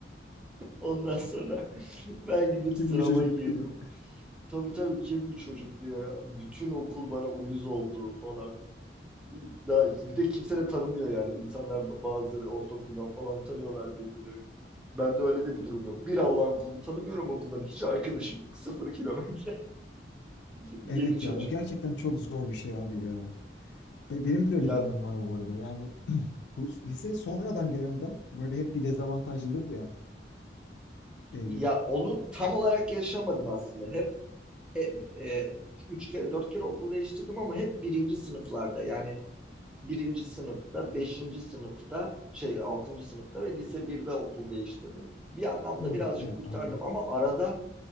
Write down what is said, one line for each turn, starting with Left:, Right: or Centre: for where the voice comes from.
Centre: Ondan sonra <laughs> ben gidip
Left: Kim
Centre: sırama
Left: bu çocuk
Centre: girdim.
Left: diye.
Centre: Tabii tabii kim bir çocuk diyor ya. Bütün okul bana uyuz oldu falan. Daha iki. Bir de kimse de tanımıyor yani. İnsanlar b- bazıları ortaokuldan falan tanıyorlar birbirlerini. Ben de öyle de bir durum yok. Bir Allah'ın kulunu tanımıyorum okuldan. Hiç arkadaşım yok. Sıfır kilometre. <laughs> Yeni
Left: Evet
Centre: çocuk.
Left: ya o gerçekten çok zor bir şey abi ya. Be- benim de öyle
Centre: Ya
Left: bir anım var bu arada. Yani bu liseye sonradan gelen adam böyle hep bir dezavantajlıdır ya. Ee,
Centre: ya onu tam olarak yaşamadım aslında. Hep e, e, üç kere dört kere okul değiştirdim ama hep birinci sınıflarda. Yani birinci sınıfta, beşinci sınıfta, şey altıncı sınıfta ve lise birde okul değiştirdim. Bir anlamda
Left: Hmm,
Centre: birazcık
Left: evet
Centre: kurtardım
Left: anladım.
Centre: ama arada